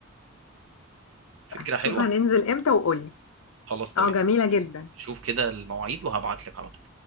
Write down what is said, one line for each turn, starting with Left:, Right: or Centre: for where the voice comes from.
Right: فكره
Left: شوف
Right: حلوه
Left: هننزل امتى وقولي
Right: خلاص تمام
Left: اه جميلة
Right: هنشوف
Left: جدا
Right: نشوف كده المواعيد وهبعت لك على طول